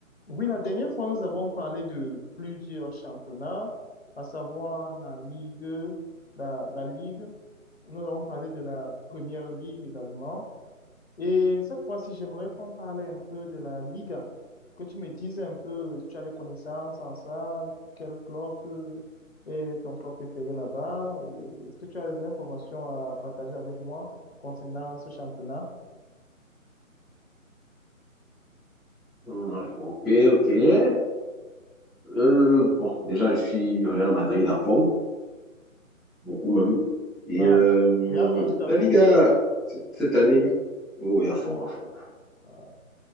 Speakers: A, on the left; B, in the centre.
A: Oui, la dernière fois, nous avons parlé de plusieurs championnats, à savoir la Ligue, la, la Ligue. Nous avons parlé de la Première Ligue également. Et cette fois-ci, j'aimerais qu'on parle un peu de la Liga, que tu me dises un peu si tu as des connaissances en ça, quel club euh, est ton club préféré là-bas. euh, Est-ce que tu as des informations à partager avec moi concernant ce championnat?
B: Ouais, ok, ok. Euh, bon, déjà, je suis Real Madrid à fond, beaucoup même. Et
A: Ah,
B: euh,
A: Real Madrid à
B: la
A: fond.
B: Liga, cette, cette année, oui, à fond, à fond.
A: Ah,